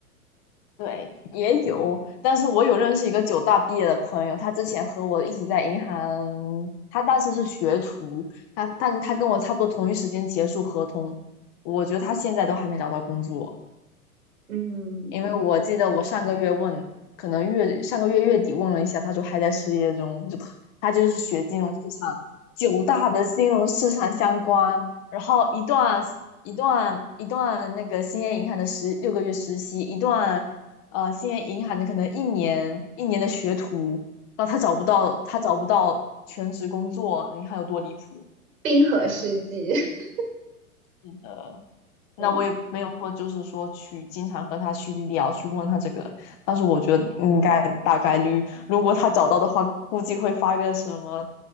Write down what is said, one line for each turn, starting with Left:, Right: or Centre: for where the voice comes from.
Left: 对，也有，但是我有认识一个九大毕业的朋友，他之前和我一起在银行，他当时是学徒，他但他跟我差不多同一时间结束合同，我觉得他现在都还没找到工作。
Right: 嗯嗯，
Left: 因为我记得我上个月问，可能月上个月月底问了一下，他说还在失业中，就特他就是学金融市场九大的金融市场相关，然后一段一段一段那个兴业银行的十六个月实习，一段呃兴业银行的可能一年一年的学徒，然后他找不到他找不到全职工作，你看有多离谱。
Right: 冰河世纪。<laughs>
Left: 是的，那我也没有说，
Right: 嗯
Left: 就是说去经常和他去聊，去问他这个。但是我觉得应该大概率，如果他找到的话，估计会发个什么